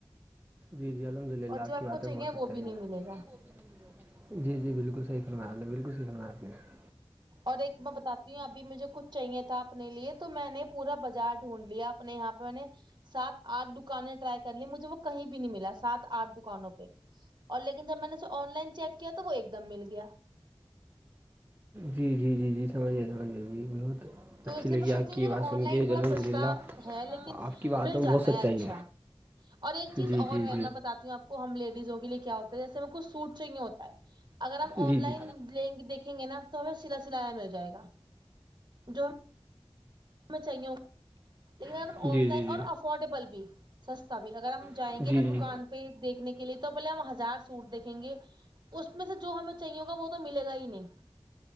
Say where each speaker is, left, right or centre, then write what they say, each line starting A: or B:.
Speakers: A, on the right; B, on the right.
A: جی جی الحمد للہ
B: اور
A: آپ
B: جو
A: کی باتیں
B: کو چاہیے
A: ہو سکتا
B: وہ بھی
A: ہے
B: نہیں
A: ہے
B: ملے گا
A: جی جی بالکل صحی فمار ل بالکل صحی فرمار نے <unintelligible>
B: اور ایک میں بتاتی ہوں ابھی مجھے کچھ چاہیے تھا اپنے لیے تو میں نے پورا بازار ڈھونڈ لیا اپنے یہاں پہ میں نے سات آٹ دکانیں ٹرائی کر ل مجھے وہ کہیں بھی نہیں ملا سات آھ دکانوں پہ اور لیکن جب میں نے اس آن لائن چیک کیا تو وہ ایک دم مل گیا
A: جی جی جی جی سمجھیے سمجھیے جی بہت
B: تو
A: اچھی
B: اس لیے
A: لگی
B: میں سوچتی
A: آپ کی
B: ہوں
A: بات سن
B: آن لائن
A: کے
B: تھوڑا
A: الحمد
B: سستا
A: للہ
B: ہے لیکن
A: آپ کی باتوں
B: مل جاتا
A: میں بہت سچائی
B: ہے اچھا اور ایک چیز
A: جی
B: اور
A: جی
B: ہے میں بتاتی ہوں آپ کو ہم لیڈیزوں کے لیے کیا ہوتا جیسے ہمیں کوچھ سوٹ چاہیے ہوتا ہے اگر ہم
A: ہوتا
B: آن
A: ہے
B: لائن
A: جی
B: لیں گے دیکھ رکھیں گے نا تو ہمیں سلا سلایا مل جائے گا جو <unintelligible> ہمیں چاہیے ہ لیکن اگر
A: گا
B: ہم آف
A: جی
B: لائن
A: جی جی
B: اور افورڈیبل بھی سستا بھی اگر ہم جائیں
A: جی
B: گے نا دکان
A: جی
B: پہ دیکھنے کے لیے تو پہلے ہم ہزار سوٹ دیکھیں گے اس میں سے جو ہمیں چاہیے ہوگا وہ تو ملے گا ہی نہیں